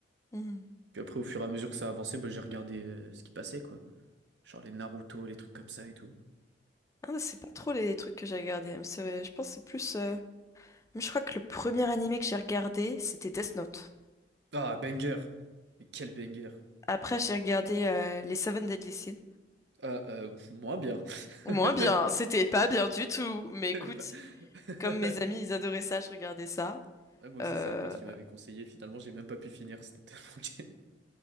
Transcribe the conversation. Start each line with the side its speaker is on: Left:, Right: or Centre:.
Left: Hmm.
Right: Puis après, au fur et à mesure que ça avançait, bah, j'ai regardé euh, ce qui passait, quoi. Genre les Naruto, les trucs comme ça et tout.
Left: Ah, c'est pas trop les trucs que j'ai regardés. hein. C'est- Je pense que c'est plus. euh, Je crois que le premier animé que j'ai regardé, c'était Death Note.
Right: Ah, banger! Mais quel banger!
Left: Après, j'ai regardé euh, les Seven Deadly Sins.
Right: Euh, euh, pff, moins bien. <laughs>
Left: Moins bien, c'était pas bien du tout. Mais écoute,
Right: Bah, <laughs>
Left: comme
Right: ouais,
Left: mes amis, ils adoraient ça, je regardais ça.
Right: moi aussi,
Left: Euh,
Right: c'est un pote qui m'avait conseillé. Finalement, j'ai même pas pu finir. C'était tellement gay.